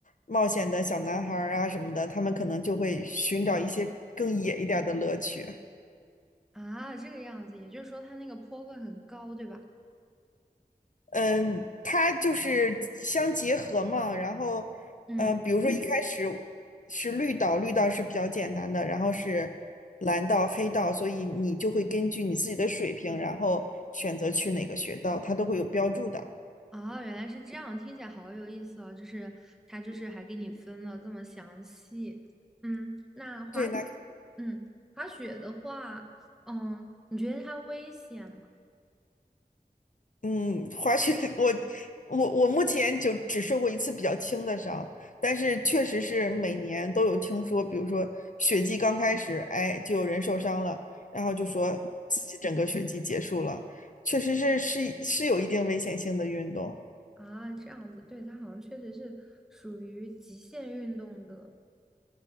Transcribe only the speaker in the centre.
啊，这个样子，也就是说它那个坡会很高，对吧？
嗯，
啊，原来是这样，听起来好有意思哦。就是它就是还给你分了这么详细。嗯，那滑，
嗯，滑雪的话，嗯，你觉得它危险吗？
啊，这样子，对，它好像确实是属于极限运动的，